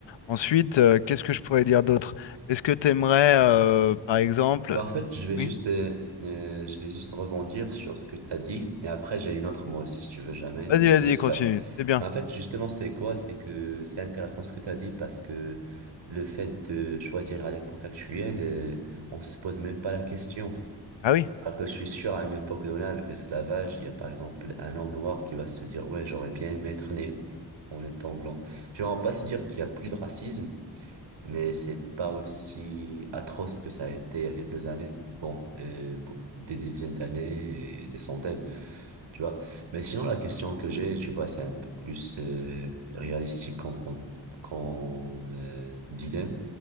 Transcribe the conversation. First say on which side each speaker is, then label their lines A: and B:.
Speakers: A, on the left; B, on the right.
A: Ensuite, euh, qu'est-ce que je pourrais dire d'autre? Est-ce que tu aimerais, euh, par exemple,
B: Bah, en fait, je vais juste,
A: oui.
B: euh, euh, je vais juste rebondir sur ce que tu as dit. Et après, j'ai une autre moi aussi, si tu veux jamais,
A: Vas-y,
B: mais je
A: vas-y,
B: te laisse
A: continue.
B: faire.
A: C'est bien.
B: Mais en fait, justement, c'est quoi? C'est que c'est intéressant ce que tu as dit parce que le fait de choisir à l'époque actuelle, euh, on se pose même pas la question.
A: Ah oui.
B: Alors que je suis sûr, à une époque donnée, avec l'esclavage, il y a par exemple un homme noir qui va se dire, ouais, j'aurais bien aimé être né en étant blanc. Je ne vais pas se dire qu'il y a plus de racisme mais c'est pas aussi atroce que ça a été il y a quelques années. Bon, euh, bon, des dizaines d'années et des centaines, tu vois. Mais sinon, la question que j'ai, tu vois, c'est un peu plus euh, réalistique qu'on qu'on qu'on me dilemme.